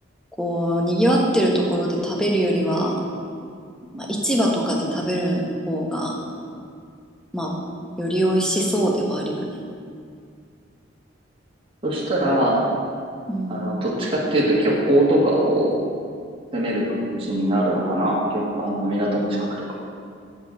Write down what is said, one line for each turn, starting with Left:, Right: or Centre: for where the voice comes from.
Centre: こう、賑わってるところで食べるよりは、
Right: うん
Centre: まあ、市場とかで食べる方が、まあ、より美味しそうではあるよね。
Right: そしたら、
Centre: うん。
Right: あの、どっちかっていうと漁港とかを攻める感じになるのかな。漁あの、港の近くとか。